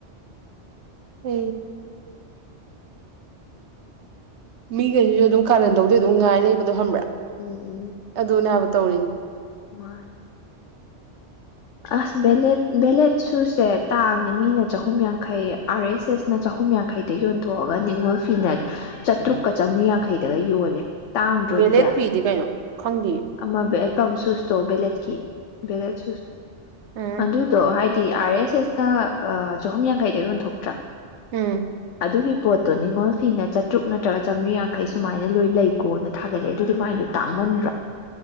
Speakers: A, on the right; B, on the left.
A: ꯍ ꯃꯤꯈꯩꯁꯤꯁꯨ ꯑꯗꯨꯝ ꯀꯥꯅꯟ ꯇꯧꯗꯤ ꯑꯗꯨꯝ ꯉꯥꯏ ꯂꯩꯕꯗꯣ ꯍꯕ꯭ꯔꯥ
B: ꯎꯝ
A: ꯑꯗꯨꯅꯦ ꯍꯥꯏꯕ ꯇꯧꯔꯤ
B: ꯃꯥꯜ ꯑꯁ ꯚꯦꯂꯦꯠ ꯚꯦꯂꯦꯠ ꯁꯨꯁꯦ ꯇꯥꯡꯉꯦ ꯃꯤꯅ ꯆꯍꯨꯝ ꯌꯥꯡꯈꯩ ꯑꯥꯔ ꯑꯦꯁ ꯑꯦꯁ ꯅ ꯆꯍꯨꯝ ꯌꯥꯡꯈꯩꯗ ꯌꯣꯟꯊꯣꯛꯑꯒ ꯅꯤꯉꯣꯜ ꯐꯤꯅ ꯆꯥꯇ꯭ꯔꯨꯛꯀ ꯆꯥꯝꯔꯤ ꯌꯥꯡꯈꯩꯗꯒ ꯌꯣꯜꯂꯦ ꯇꯥꯡꯗ꯭ꯔꯣ
A: ꯕꯦꯂꯦ
B: ꯑꯗꯨꯗꯤ
A: ꯐꯤꯗꯤ ꯀꯩꯅꯣ ꯈꯪꯗꯦ
B: ꯑꯃ ꯇꯝ ꯁꯨꯁꯊꯣ ꯕꯂꯦꯠꯀꯤ ꯚꯦꯂꯦꯠ ꯁꯨꯁ
A: ꯎ
B: ꯑꯗꯨꯗꯣ ꯍꯥꯏꯗꯤ ꯑꯥꯔ ꯑꯦꯁ ꯑꯦꯁꯅ ꯆꯍꯨꯝ ꯌꯥꯡꯈꯩꯗꯒꯤ ꯑꯣꯟꯊꯣꯛꯇ꯭ꯔꯥ
A: ꯎꯝ
B: ꯑꯗꯨꯒꯤ ꯄꯣꯠꯇꯣ ꯅꯤꯉꯣꯜ ꯐꯤꯅ ꯆꯥꯇ꯭ꯔꯨꯛ ꯅꯠꯇ꯭ꯔꯒ ꯆꯥꯝꯔꯤ ꯌꯥꯡꯈꯩ ꯁꯨꯃꯥꯏꯅ ꯂꯣꯏ ꯂꯩꯀꯣꯅ ꯊꯥꯒꯠꯂꯛꯑꯦ ꯑꯗꯨꯗꯤ ꯃꯥꯏꯗꯣ ꯇꯥꯡꯃꯟꯗ꯭ꯔꯣ